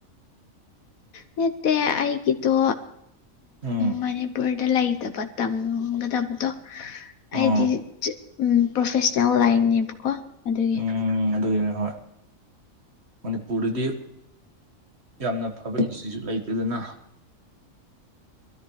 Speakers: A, on the left (about 85°); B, on the right (about 50°).
A: ꯅꯠꯇꯦ ꯑꯩꯒꯤꯗꯣ
B: ꯎꯝ
A: ꯃꯅꯤꯄꯨꯔꯗ ꯂꯩꯇꯕ ꯇꯝꯒꯗꯕꯗꯣ
B: ꯑꯣ
A: ꯑꯩꯗꯤ ꯎꯝ ꯄ꯭ꯔꯣꯐꯦꯁꯅꯦꯜ ꯂꯥꯏꯟꯅꯦꯕꯀꯣ ꯑꯗꯨꯒꯤ
B: ꯎꯝ ꯑꯗꯨꯒꯤꯅꯤ ꯍꯣꯏ ꯃꯅꯤꯄꯨꯔꯗꯗꯤ ꯌꯥꯝꯅ ꯐꯕ ꯏꯟꯁꯇꯤꯇ꯭ꯌꯨꯠ ꯂꯩꯇꯦꯗꯅ